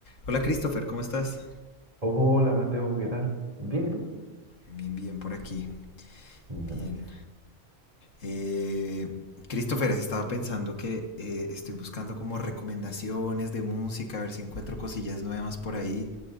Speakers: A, on the left; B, on the right.
A: Hola Christopher, ¿cómo estás?
B: Hola Mateo, ¿qué tal? Bien, ¿y tú?
A: Bien, bien, por aquí.
B: Me
A: Bien.
B: parece.
A: Eh, Christopher, estaba pensando que eh, estoy buscando como recomendaciones de música, a ver si encuentro cosillas nuevas por ahí.